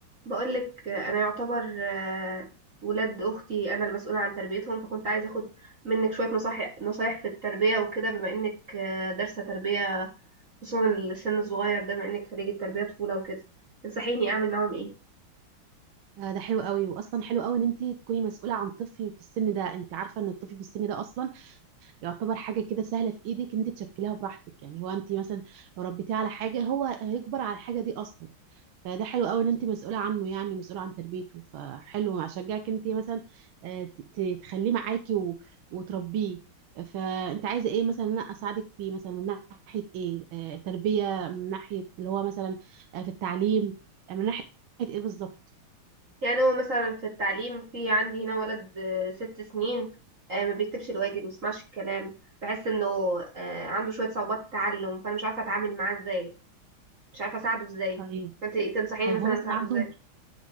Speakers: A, on the right; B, on the right.
A: بقولك آه، انا يعتبر آه، ولاد اختي انا المسؤوله عن تربيتهم فكنت عايزه اخد منك شويه نصايح نصايح في التربيه وكده بما انك آه، دارسه تربيه خصوصا السن الصغير ده بما انك خريجه تربيه طفوله وكده تنصحيني اعمل معاهم ايه
B: آه، ده حلو قوي واصلا حلو قوي ان انت تكوني مسؤوله عن طفل في السن ده انت عارفه ان الطفل في السن ده اصلا يعتبر حاجه كده سهله في ايدك ان انت تشكليها براحتك يعني هو انت مثلا لو ربيتيه على حاجه هو هيكبر على الحاجه دي اصلا فده حلو قوي ان انت مسؤوله عنه يعني مسؤوله عن تربيته فحلو اشجعك انت مثلا آه، ت- ت- تخليه معاكي و... وتربيه فانت عايزه ايه مثلا إن انا اساعدك فيه مثلا من ناحيه ايه آه، تربيه من ناحيه اللي هو مثلا آه، في التعليم آه، من ناحيه ايه بالظبط
A: يعني هو مثلا في التعليم في عندي هنا ولد آه، ست سنين آه، ما بيكتبش الواجب ما بيسمعش الكلام بحس انه آه، عنده شويه صعوبات تعلم فانا مش عارفه اتعامل معاه ازاي مش عارفه اساعده ازاي
B: طيب
A: فانت تنصحيني
B: طيب
A: مثلا
B: هو مثلا
A: اساعده
B: عنده
A: ازاي